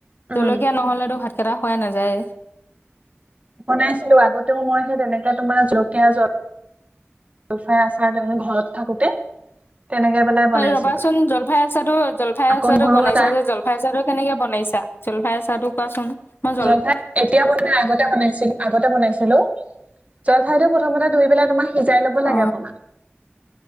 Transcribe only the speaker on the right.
উম
বনাইছিলো। আগতেওঁ মই সেই তেনেকে তোমাৰ জলকীয়া জল জলফাই আচাৰ তেনেক ঘৰত থাকোতে। তেনেকে পেলাই বনাইছিলো
আকৌ
নহৰু
আচাৰ
জলফাই এতিয়া বনোৱা নাই। মই আগতে বনাইছিলো, আগতে বনাইছিলো। জলফাই প্ৰথমতে ধুই পেলাই তোমাৰ সিজাই ল'ব
লাগে অকমান।